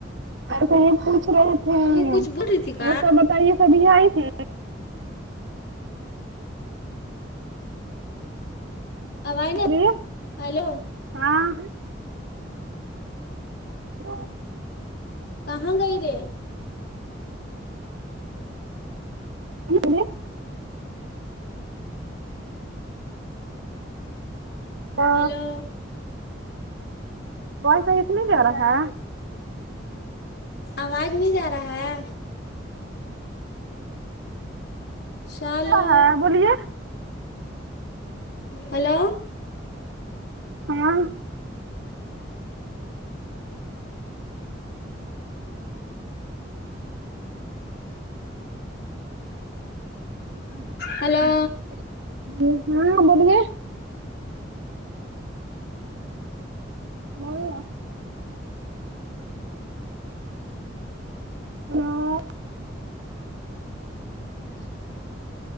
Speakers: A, on the right; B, on the left.
A: ایسے ہی پوچھ رہے تھے
B: وہ کچھ بول رہی تھی کا
A: اور سب یہ سبھی آئی تھی
B: آواز
A: بولیے
B: ہیلو
A: ہاں <inaudible>
B: کہاں گئی رے
A: <unintelligible> تو
B: ہلو
A: وای فای کیوں نہیں آرہا
B: آواز نہیں جا رہا ہے شالو
A: ہاں بولیے
B: ہلو
A: ہاں <unintelligible>
B: ہلو
A: نہیں ہے ہاں جی